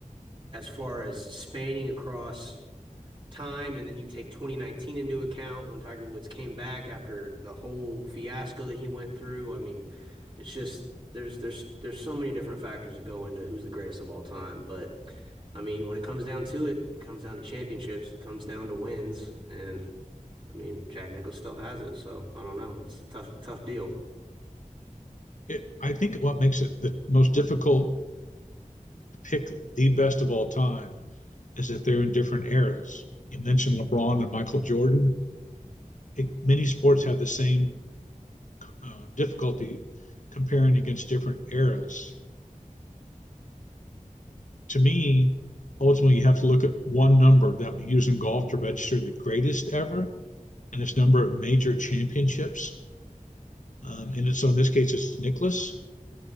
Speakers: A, on the right; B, on the left.
A: as far as spanning across time and then you take 2019 into account when Tiger Woods came back after the whole fiasco that he went through. I mean, it's just there's there's there's so many different factors that go into who's the greatest of all time, but I mean, when it comes down to it, it comes down to championships, it comes down to wins, and I mean, Jack Nicklaus still has it, so I don't know. It's a tough tough deal.
B: It, I think what makes it the most difficult to pick the best of all time is that they're in different eras. You mentioned LeBron and Michael Jordan. It, many sports have the same uh, difficulty comparing against different eras. To me, ultimately, you have to look at one number that we use in golf to register the greatest ever, and it's number of major championships. Um, and so in this case, it's Nicholas.